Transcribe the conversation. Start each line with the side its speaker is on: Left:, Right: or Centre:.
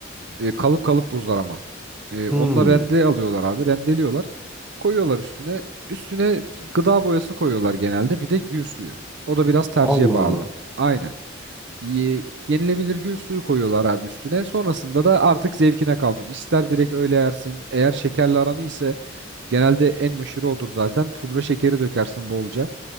Right: E, kalıp kalıp buzlar ama. E, onlar
Centre: Hmm.
Right: rende alıyorlar abi. Rendeliyorlar. Koyuyorlar üstüne. Üstüne gıda boyası koyuyorlar genelde. Bir de gül suyu. O da biraz tercihe
Centre: Allah
Right: bağlı.
Centre: Allah.
Right: Aynen. Ye- Yenilebilir gül suyu koyuyorlar abi üstüne. Sonrasında da artık zevkine kalmış. İster direkt öyle yersin. Eğer şekerli aranı ise genelde en meşhuru odur zaten. Pudra şekeri dökersin bolca.